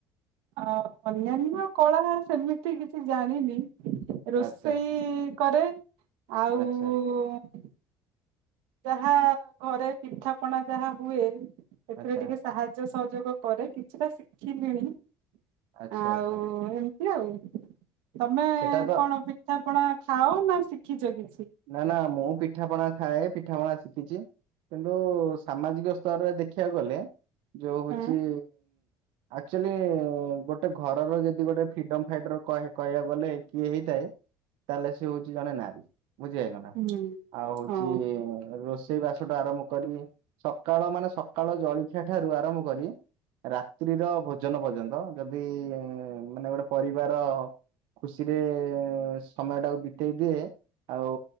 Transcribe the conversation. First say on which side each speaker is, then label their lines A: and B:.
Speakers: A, on the right; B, on the right.
A: ଆ ଅନ୍ୟାନ୍ୟ କଳା ସେମିତି କିଛି ଜାଣିନି। ରୋଷେଇ
B: ଆଚ୍ଛା
A: କରେ, ଆଉ
B: ଆଚ୍ଛା
A: ଉ ଉ ଯାହା ଘରେ ପିଠା ପଣା ଯାହା ହୁଏ, ସେଥିରେ
B: ଆଚ୍ଛା।
A: ଟିକେ ସାହାଯ୍ୟ ସହ ଯୋଗ କରେ। କିଛିଟା ଶିଖିଲିଣି
B: ଆଚ୍ଛା
A: ଆଉ
B: ଆଚ୍ଛା
A: ଏମତି ଆଉ। ତମେ
B: ସେଟା ତ
A: କଣ ପିଠାପଣା ଖାଅ ନା ଶିଖିଛ କି
B: ନା ନା ମୁଁ ପିଠା ପଣା ଖାଏ ପିଠାପଣା ଶିଖିଛି କିନ୍ତୁ ସାମାଜିକ ସ୍ତରରେ ଦେଖିବାକୁ ଗଲେ ଯୋଉ ହଉଚି
A: ଆଁ
B: ଆକ୍ଚୁଆଲି ଗୋଟେ ଘରର ଯଦି ଗୋଟେ ଫ୍ରିଡମ ଫାଇଟର କହିବାକୁ ଗଲେ କିଏ ହେଇଥାଏ ତାହେଲେ ସେ ହଉଛି ଜଣେ ନାରୀ, ବୁଝିହେଇଗଲା
A: ହୁଁ
B: ଆଉ ହଉଛି
A: ହଁ
B: ରୋଷ ସେଇ ବାସ ଠୁ ଆରମ୍ଭ କରି, ସକାଳ ମାନେ ସକାଳ ଜଳଖିଆ ଠାରୁ ଆରମ୍ଭ କରି ରାତ୍ରିର ଭୋଜନ ପର୍ଯ୍ୟନ୍ତ, ଯଦି ମାନେ ଗୋଟେ ପରିବାର ଖୁସିରେ ସମୟ ଟାକୁ ବିତେଇ ଦିଏ ଆଉ